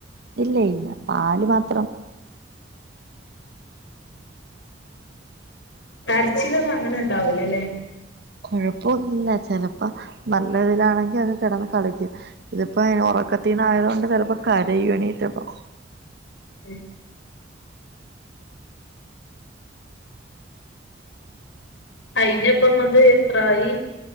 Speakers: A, on the right (about 60°); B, on the left (about 80°).
A: ഇല്ല, ഇല്ല പാല് മാത്രം.
B: കരച്ചിലൊന്നും അങ്ങനെ ഉണ്ടാവൂല അല്ലേ
A: കൊഴപ്പൊന്നില്ല ചെലപ്പോ നല്ല ഇതിലാണെങ്കി അത് കിടന്ന് കളിക്കും ഇതിപ്പോ ഉറക്കത്തിനയപ്പോകൊണ്ട് ചിലപ്പോ കരയു എണീറ്റപ്പോ
B: എ അയ്നിപ്പം നിങ്ങ ഇത്എത്രായി